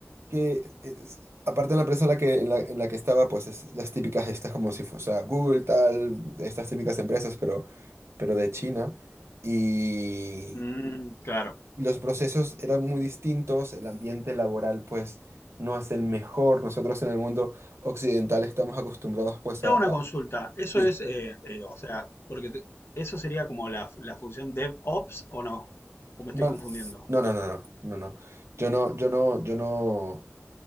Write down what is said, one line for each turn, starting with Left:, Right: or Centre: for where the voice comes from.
Right: que, es- aparte en la empresa en la que, en la, en la que estaba, pues es las típicas, estas como si fuese, o sea, Google, tal, de estas típicas empresas, pero, pero de China. Y
Left: Mm, claro.
Right: los procesos eran muy distintos, el ambiente laboral, pues, no es el mejor. Nosotros en el mundo occidental estamos acostumbrados, pues,
Left: Te
Right: a...
Left: hago
Right: a-
Left: una consulta. Eso
Right: sí.
Left: es, eh, eh, o sea, porque te- eso sería como la, la función DevOps o no. O me
Right: No,
Left: estoy confundiendo.
Right: no, no, no, no, no, no. Yo no, yo no, yo no.